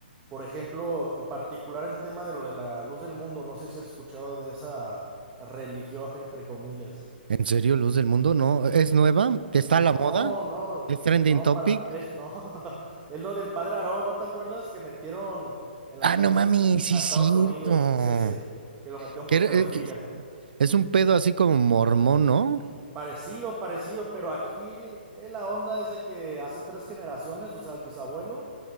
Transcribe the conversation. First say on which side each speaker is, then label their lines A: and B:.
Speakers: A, on the right (about 20°); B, on the right (about 60°).
A: por ejemplo, en particular el tema de lo de la luz del mundo. No sé si has escuchado de esa religión, entre comillas.
B: ¿En serio, Luz del Mundo? ¿No? ¿Es nueva? ¿Está
A: No,
B: a la moda?
A: no,
B: ¿Es trending
A: no,
B: topic?
A: para, es, no, <laughs> es lo del padre Aarón, ¿no te acuerdas que metieron en la
B: Ah,
A: cárcel
B: no mami, sí
A: a
B: es
A: Estados
B: cierto.
A: Unidos? Es ese, que lo metieron
B: Que
A: por
B: era-
A: pedofilia.
B: eh, que es un pedo así como mormón, ¿no?
A: Parecido, parecido, pero aquí eh, la onda es de que hace tres generaciones, o sea, el bisabuelo,